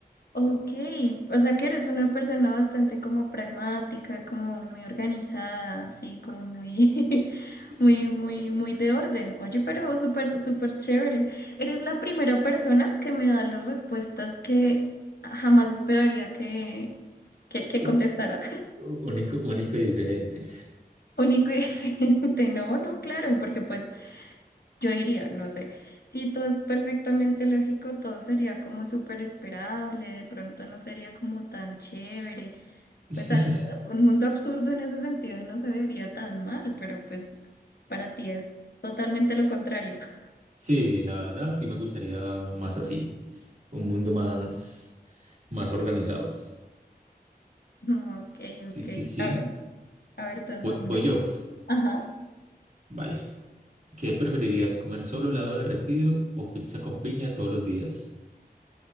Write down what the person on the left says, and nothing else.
Ok, o sea que eres una persona bastante como pragmática, como muy organizada, así como muy, <laughs>
muy, muy, muy de orden. Oye, pero súper, súper chévere. Eres la primera persona que me da las respuestas que jamás esperaría que, que, que
contestara.
<laughs> Único y diferente. No, no, claro, porque pues yo diría, no sé, si todo es perfectamente lógico, todo sería como súper esperable, de pronto no sería como tan chévere.
Pues al- un mundo absurdo en ese sentido no se vería tan mal, pero pues para ti es totalmente lo contrario. <laughs>
No, Ok,
ok.
A ver, a ver, entonces
me una.
Ajá.